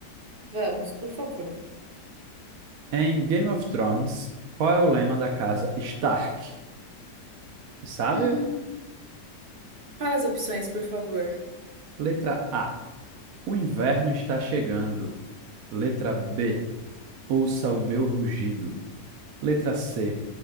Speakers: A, on the right; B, on the right.
A: Vamos, por favor. <gasps>
B: Em Game of Thrones, qual é o lema da casa Stark? Tu Sabe?
A: Hum. Fala as opções, por favor.
B: Letra A. O inverno está chegando. Letra B. Ouça o meu rugido. Letra C.